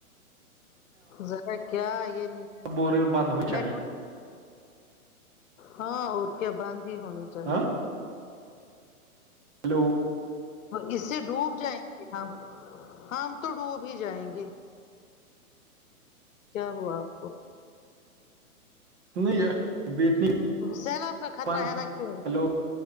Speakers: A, on the left (about 60°); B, on the right (about 50°).
A: ذرا کیا یہ نیٹ
B: بور بند ہو چاہیے
A: ورک ہاں اور کیا بند ہی ہونی چاہیے
B: ہاں ہیلو
A: اس سے ڈوب جائیں گے ہم ہم تو ڈوب ہی جائیں گے کیا ہوا آپ کو
B: نہیں ابھی اتنی
A: سیلاب کا خطرہ
B: بند
A: ہے نا کیوں
B: ہلو